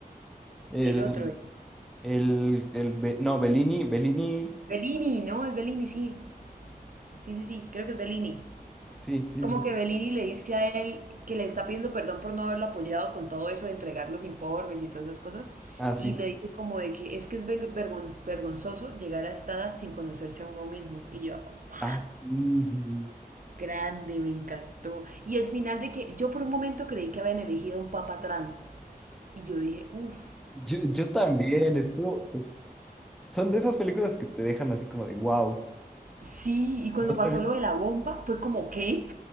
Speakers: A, in the centre; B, on the right.
A: El,
B: el otro,
A: el, el, Be- no, Bellini, Bellini.
B: Bellini, ¿no? Es Bellini, sí. Sí, sí, sí, creo que es Bellini.
A: Sí, sí,
B: Como
A: sí.
B: que Bellini le dice a él que le está pidiendo perdón por no haberlo apoyado con todo eso de entregar los informes y todas esas cosas.
A: Ah, sí.
B: Y le dice como de que es que es ven- vergon- vergonzoso llegar a esta edad sin conocerse a uno mismo. Y yo, "Pa,
A: Ah, sí, sí, sí.
B: grande, me encantó. Y el final de que yo por un momento creí que habían elegido un papa trans. Y yo dije, uff,
A: Yo, yo también, esto, es- son de esas películas que te dejan así como de wow.
B: sí. Y cuando
A: No
B: pasó
A: sabía.
B: lo de la bomba, fue como, ¿qué?